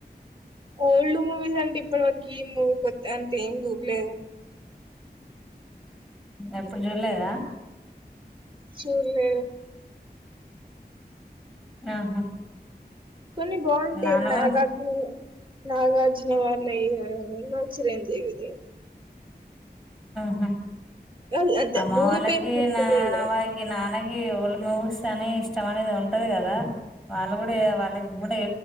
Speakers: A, on the right; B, in the centre.
A: ఓల్డ్ మూవీస్ అంటే ఇప్పటి వరకు ఈ మూవీ కొత్తా అంటే ఏం దూరలేదు
B: ఎప్పుడు చూలేదా
A: చిన్న
B: ఆహా
A: కొన్ని బాగుంటాయి
B: నాన్న
A: నా
B: కూడా
A: కా నాగార్జున వాారిళ నా చిరంజీవిది
B: హహ
A: అది అంతే
B: అమ్మవళకి
A: మూవీ పేర్లు గుర్తులేదు
B: నా నావగ నానకి ఇ ఓల్డ్ మూవీస్ అని ఇష్టం అనేది ఉంటది కదా డ వాళ్ళ గు